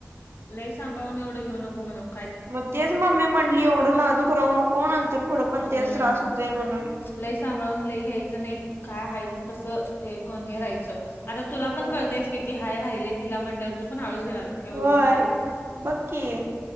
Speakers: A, on the left (about 45°); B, on the right (about 55°).
A: लई सांभाळून एवढं घेऊ नको म्हणावं
B: मग तेच मम्मी म्हणली एवढं नाजूक राहू नको नंतर पुढं पण
A: हम्म
B: तेच त्रास होतोय म्हणून
A: लय सांभाळून लय घ्यायचं नाही काय हाय ते तसं हे हे राहायचं आता
B: हम्म
A: तुला पण कळताय किती हाय राहिलय तिला म्हणल्यावर तु पण हळूच घेणार काय उडवणार
B: होय
A: आहेस.
B: बघ की